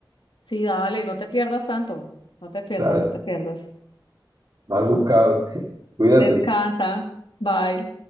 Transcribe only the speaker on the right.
Dale,
Mal buscado. <laughs> Cuídate.